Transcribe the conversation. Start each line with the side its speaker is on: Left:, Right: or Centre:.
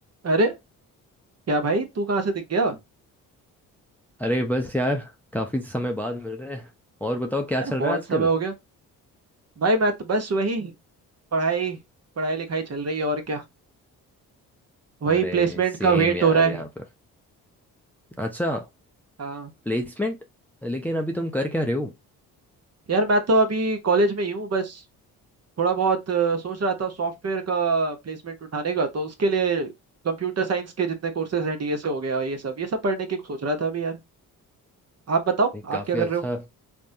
Right: अरे क्या भाई तू कहाँ से दिख गया
Centre: अरे बस यार काफी समय बाद मिल रहे हैं और बताओ क्या
Right: यार
Centre: चल
Right: बहुत
Centre: रहा है आजकल
Right: समय हो गया भाई मैं तो बस वही पढ़ाई पढ़ाई लिखाई चल रही है और क्या वही
Centre: अरे
Right: प्लेसमेंट
Centre: सेम
Right: का वेट
Centre: यार
Right: हो रहा है
Centre: यहाँ पर अच्छा
Right: हाँ
Centre: प्लेसमेंट लेकिन अभी तुम कर क्या रहे हो
Right: यार मैं तो अभी कॉलेज में ही हूँ बस थोड़ा बहुत अ, सोच रहा था सॉफ्टवेयर का प्लेसमेंट उठाने का तो उसके लिए कंप्यूटर साइंस के जितने कोर्सेज हैं डीएसए हो गया ये सब ये सब पढ़ने की सोच रहा था अभी यार आप बताओ
Centre: ये काफी
Right: आप क्या कर
Centre: अच्छा
Right: रहे हो